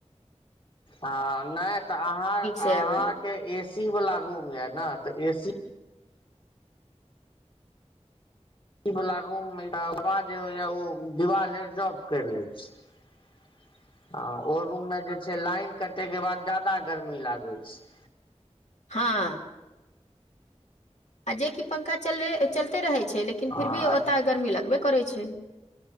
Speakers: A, on the left (about 45°); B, on the left (about 80°).
A: आ नइ तऽ अहां
B: से
A: अहाँके
B: आबि गेल
A: एसी वला रूम य ने तऽ एसी सी वला रूममे तह हबा जे होइए ओ दिवाल रिजफ करि लै छै हँ ओ रूममे जे छै लाइन कटयके बाद ज्यादा गरमी लागै छै
B: हां आ जेकि पंखा चल चलते रहै छै लेकिन
A: ह
B: फिर भी ओतय गर्मी लगबे करै छै